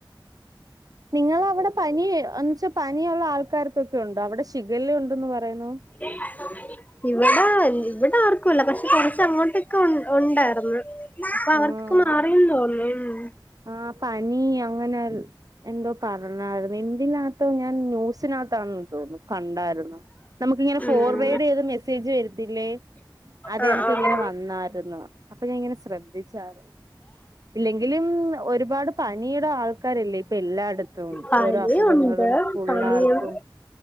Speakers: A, on the right (about 45°); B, on the left (about 20°).
A: നിങ്ങളവടെ പനി എന്നച്ചാ പനിയുള്ള ആൾക്കാർക്കൊക്കെ ഒണ്ടോ അവടെ ഷിഗല്ല ഉണ്ടെന്ന് പറയുന്നു
B: <inaudible> ഇവടെ ഇവടെ ആർക്കുംല്ല പക്ഷെ കൊർച്ചങ്ങോട്ടൊക്കെ ഉണ്ടായിർന്ന് അപ്പൊ അവർക്കൊക്കെ
A: ആഹ്
B: മാറീ തോന്നു ഉം
A: ആഹ് പനി അങ്ങനെ എന്തോ പറഞ്ഞാര്ന്നു എന്തിനകത്തോ ഞാൻ ന്യൂസിന ത്താ തോന്നുന്നു കണ്ടാര്ന്നു നമ്മക്ക്ങ്ങനെ
B: ഉം
A: ഫോർവേർഡെയ്ത് മെസ്സേജ് വെരത്തില്ലേ അതെനക്ക്ങ്ങനെ
B: ആ ആ ആ
A: വന്ന് ന്നാര്ന്നു അപ്പൊ ഞാ ഇങ്ങനെ ശ്രദ് <unintelligible> ഇല്ലെങ്കിലും ഒരുപാട് പനിടെ ആൾക്കാരല്ലേ ഇപ്പെല്ലാടെ ത്തും
B: പനിയുണ്ട്
A: ഓരോ അസുഖങ്ങളും പുള്ളാർക്കും
B: പനിയും